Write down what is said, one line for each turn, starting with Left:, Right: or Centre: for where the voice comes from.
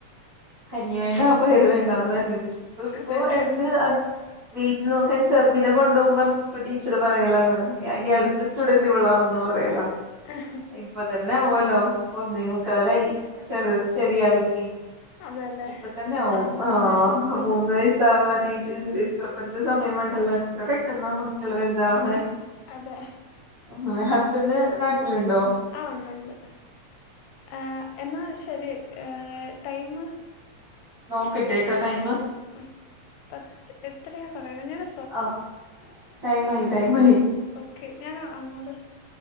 Right: കഞ്ഞി വേണ്ട പയറ് വേണ്ടാന്നർഞ്ഞിട്ട് ഇപ്പ ഇപ്പോ
Left: അതെല്ലേ
Right: എടക്ക് അ വെയിറ്റ് നോക്കാൻ ചെറ്തിനെ കൊണ്ടോവുമ്പം അപ്പം ടീച്ചറ് പറയലാണ് ഇനി അട്ത്ത സ്റ്റുഡന്റ് ഇവളാണന്ന് പറയലാ
Left: അഹ്
Right: ഇപ്പ തന്നെ ആവോല്ലോ ഒന്നേമുക്കാലായി ഇപ്പ ചെറ് ചെറിയ ആൾക്കി
Left: അതെല്ലേ
Right: ഇപ്പൊ തന്നാവും
Left: ആ മൂന്ന്
Right: ആഹ്
Left: വയസാകുമ്പോ
Right: മൂന്ന് വയസ് ട്ടാവാനായിറ്റ് ഇത്ര പെരുത്ത് സമയം വേണ്ടല്ലോ എത്ര പെട്ടെന്നാ മക്കള് വല്താവ്ണെ
Left: അതെ
Right: ഉം ഹസ്ബന്റ് നാട്ടില്ണ്ടോ?
Left: ആഹ് ഉണ്ട് ഉണ്ട് ആഹ് എന്നാ ശരി ഏഹ് ടൈമ്
Right: നോക്കട്ടേട്ടൊ ടൈമ്
Left: ഉം പത്ത് എത്രയാ പറയ്ണെ ഞാനാ
Right: ആഹ് ടൈമായി ടൈമായി
Left: ഓക്കെ ഞാനാ അങ്ങോട്